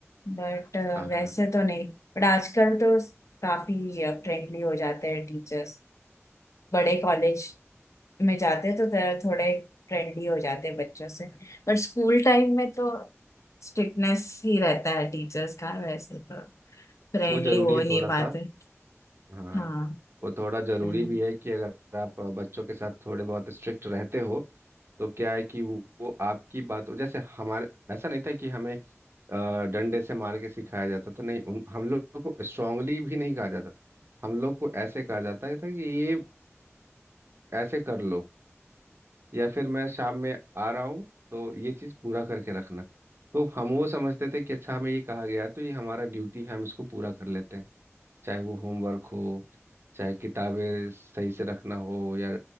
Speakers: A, on the left; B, on the right.
A: बट
B: हाँ
A: वैसे
B: हाँ
A: तो नहीं बट आजकल तो काफी फ्रेंडली हो जाते हैं टीचर्स बड़े कॉलेज में जाते हैं तो थोड़ा- थोड़े फ्रेंडली हो जाते हैं बच्चों से बट स्कूल टाइम में तो स्ट्रिक्टनेस ही रहता है टीचर्स का वैसे तो फ्रेंडली
B: वो जरूरी
A: हो
B: है
A: नहीं
B: थोड़ा
A: पाते
B: सा हाँ
A: हाँ
B: वो थोड़ा जरूरी
A: हम्म,
B: भी है कि अगर आप बच्चों के साथ थोड़े बहुत स्ट्रिक्ट रहते हो तो क्या है कि वो, वो आपकी बात जैसे हमारे ऐसा नहीं था कि हमें अ, डंडे से मार के सिखाया जाता था नहीं उन, हम लोग को स्ट्रांगली भी नहीं कहा जाता था हम लोग को ऐसे कहा जाता था कि ये ऐसे कर लो या फिर मैं शाम में आ रहा हूँ तो ये चीज़ पूरा करके रखना तो हम वो समझते थे कि अच्छा हमें ये कहा गया है, तो ये हमारा ड्यूटी है हम इसको पूरा कर लेते हैं चाहे वो होमवर्क हो चाहे किताबें सही से रखना हो या